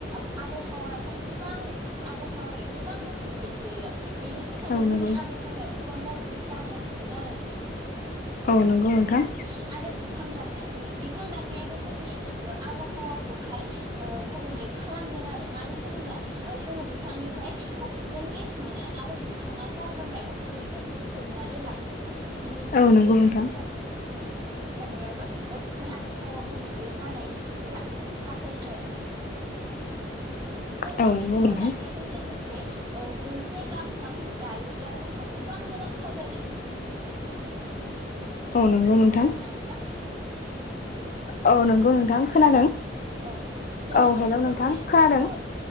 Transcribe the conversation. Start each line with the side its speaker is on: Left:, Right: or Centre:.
Right: आब आबहावाहाय गोबां आबहावायाव गोबां गोहोम खोख्लैयो। बेनि थाखायनो
Left: औ
Right: जोंनि
Left: नंगौ
Right: आबहावाया गो गोबां गाज्रि जानो हमदों आरो नोंथां।
Left: औ नंगौ नोंथां
Right: औ आरो बिफां दान नाय बिफां दाननायाबो जोंनि ओ आब आबहावाखौहाय गुबुंले खालामदों आरो मानो होनोबा जोङो बिफांनिफ्राय अक्सिजेन गेस मोनो आरो बिफाङा कार्बन डाइ अक्साइद गेसखौ सोबनानै लायो। बिनि थाखायबो
Left: औ नंगौ नोंथां
Right: बिफां गाय गायनायाबो आबहावा गुबुंले जानायनि जा-जाहोन आरो जोङो
Left: औ नंगौ
Right: बेफोरखौ
Left: नोंथां
Right: दाननायजों लोगोसे। ओ जौसेथा बिफां गायोब्ला जोंहा गोबां मुलाम्फा जायो।
Left: औ नंगौ नोंथां
Right: खोनादोंना नोंथां।
Left: औ नोंगौ नोंथां खोनादों।
Right: औ बेनिफ्राय
Left: औ हेलौ
Right: जोङो
Left: नोंथां
Right: बे
Left: खोनादों
Right: ओ